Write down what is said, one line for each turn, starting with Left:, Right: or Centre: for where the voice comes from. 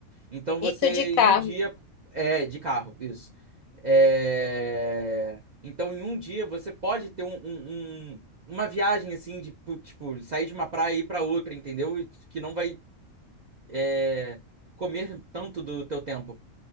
Right: Então você,
Left: isso de carro.
Right: em um dia, é, de carro, isso. É, então, em um dia, você pode ter um, um- um- uma viagem, assim, de, pu- tipo, sair de uma praia e ir pra outra, entendeu? Que não vai, é, comer tanto do teu tempo.